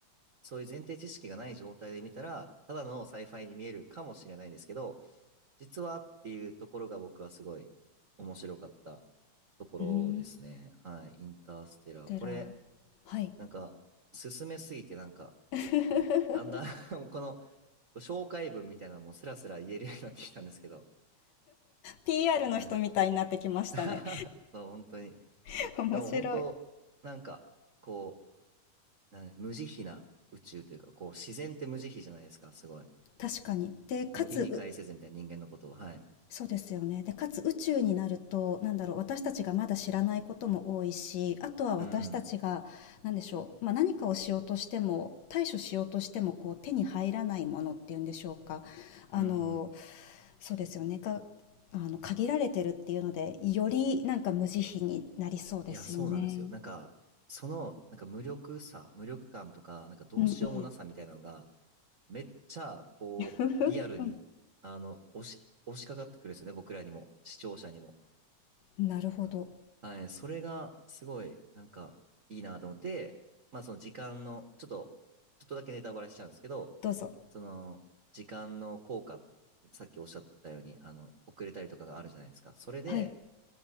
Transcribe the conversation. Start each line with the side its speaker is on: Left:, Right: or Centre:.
Right: そういう前提知識がない状態で見たら、ただのサイファイに見えるかもしれないんですけど、実はっていうところが僕はすごい面白かったところですね。
Left: うん。
Right: はい。インターステラー。
Left: テラ、
Right: これ、
Left: はい。
Right: なんか、進めすぎてなんか、
Left: <laughs>
Right: だんだん <laughs> もうこの紹介文みたいなのもスラスラ言えるようになってきたんですけど。
Left: PR の人みたいになってきましたね。
Right: はい。<laughs> そう、本当に。
Left: <laughs> 面白い。
Right: でも本当、なんか、こう、なん無慈悲な宇宙というか、こう、自然って無慈悲じゃないですか、すごい。
Left: 確かに。で、かつ、
Right: もう意に介せずみたいな人間のことを。
Left: う
Right: はい。
Left: そうですよね。で、かつ宇宙になると、なんだろう、私たちがまだ知らないことも多いし、あとは私たちが、
Right: うん。
Left: なんでしょう、まあ、何かをしようとしても、対処しようとしても、こう、手に入らないものっていうんでしょうか。あの、
Right: うんうん。
Left: そうですよね。が、あの、限られてるっていうので、よりなんか無慈悲になりそうですよね。
Right: いや、そうなんですよ。なんか、その、なんか無力さ、無力感とか、なんかどうしようもなさみたいなのが、
Left: うんうん。
Right: めっちゃ、こう、
Left: <laughs>
Right: リアルに、あの、押し、押しかかってくるんですよね、僕らにも、視聴者にも。
Left: なるほど。
Right: はい、それが、すごい、なんか、いいなと思って、まあ、その時間の、ちょっと、ちょっとだけネタバレしちゃうんですけど、
Left: どうぞ。
Right: その、時間の効果、さっきおっしゃったように、あの、遅れたりとかがあるじゃないですか。それで、
Left: はい。